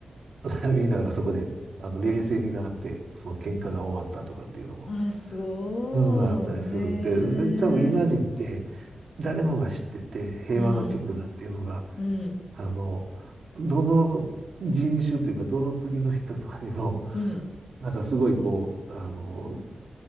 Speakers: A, on the right; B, on the left.
A: <laughs> みんながそこで、あの、冷静になって、その喧嘩が終わったとかっていうのも、
B: あ、そう。
A: うん、あったりするんで、
B: へえ。
A: で多分イマジンって誰もが知ってて平和の曲だっていうのが、
B: うん、うん、
A: あの、どの人種というか、どの国の人とかにも、
B: うん、
A: なんかすごいこう、あの、